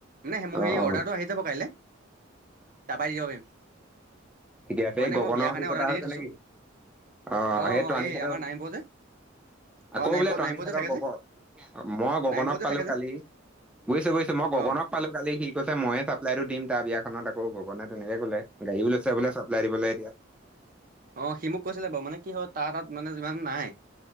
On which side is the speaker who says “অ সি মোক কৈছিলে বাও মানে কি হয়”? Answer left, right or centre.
Right